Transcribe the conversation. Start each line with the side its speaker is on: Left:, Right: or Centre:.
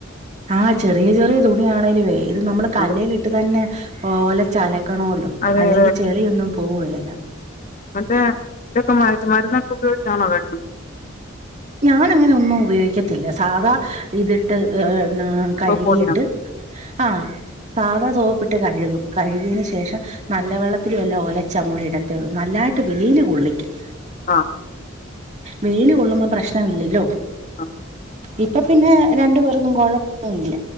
Right: ആഹ് ചെറിയ ചെറിയ തുണിയ ആണേലുവേ ഇത് നമ്മള് കല്ലൽിട്ട്
Left: അതെ
Right: തന്നെ ഒല അലക്കണല്ലോ
Left: അതെ
Right: അല്ലെങ്കിൽ
Left: അതെ
Right: ചെളിയൊന്നും പോവുകല്ല
Left: മറ്റേ ഇതൊക്കെ മട്ട് മരുന്നൊക്കെ ഉപയോഗിച്ചാണോ കണുന്നത്
Right: ഞാൻ അങ്ങനെ ഒന്നും ഉപയോഗിക്കത്തില്ല സാധാ ഇതിട്ട് ഏഹ് കഴുകിയിട്ട്
Left: പോളിയാണോ
Right: ആഹ് സാധാ സോപ്പിട്ട് കഴുകും കഴുകിയന് ശേഷം നല്ല വെള്ളത്തില വല്ല ഓലച്ച കൂടി ഇടത്തേള്ളു നല്ലായിട്ട് വെയില് കൊള്ളിക്കും
Left: ആഹ്
Right: വെയിൽ കൊള്ളുമ്പോ പ്രശ്നമില്ലല്ലോ
Left: ആഹ്
Right: ഇപ്പൊ പിന്നെ രണ്ടു പേർക്കും കുഴപ്പല്ല